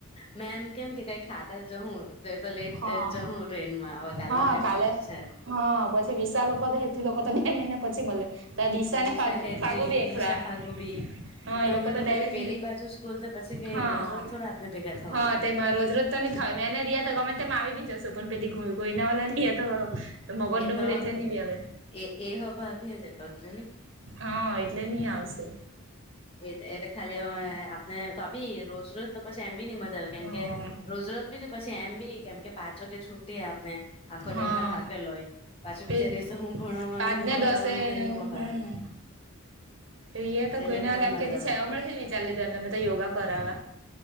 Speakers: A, on the left; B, on the right.
A: મે એમ કેમ કે કઈ ખાતા જ જહું. ઘરે તો લેટ
B: હા
A: જહું ટ્રેનમાં હવે કાલના
B: હા
A: દિવસ
B: કાલે
A: જ તો છે.
B: હા પછી વિસા લોકો તો હેતવી લોકો તો બે મહિના પછી મલે. તો ડીસા ને
A: વિશા
B: ફ
A: હેતવી
B: ફાગો બી એખલા.
A: દિશા ફાગુબી
B: હા એ લોકો
A: અમે
B: તો ડાયરેક
A: બી પેલી બાજુ સ્કૂલ તો પછી કઈ
B: હા
A: રોજ રોજ થોડા આપને ભેગા થવાના
B: હા તેમાં રોજ રોજ તો ની થય મેને રિયા તો ગમે તેમ આવી બી જશો પણ પેલી ગોઈના વાલા રિયા તો મગજ
A: એ
B: ડુંગર
A: તો
B: એટલે નહી બી આવે
A: એ એ હવે ભાગહે જ એતો જોની.
B: હા, એટલે નહી આવશે.
A: એ એ ખાલી હમણે આપને તો બી રોજ રોજ તો પછી એમ બી નહી મજા આવે કેમ
B: હા
A: કે રોજ રોજ બી ને પછી એમ બી કેમ કે પાંચ વાગે છૂટીએ આપને આખો
B: હા
A: દિવસ ના થાકેલ હોય પાછું
B: તે
A: બીજા દિવસે હું ભણાવવાનું
B: પાંચ
A: હું
B: ને
A: કરાવાનું
B: દસે
A: તેનું
B: હમ
A: અહે.
B: રિયા તો ઘ કોઈને
A: તેમાંની
B: એમ
A: મજા
B: કેતી
A: આવે
B: છે આમળા થી જ વિચારી લીધો એમને તો યોગા કરાવા.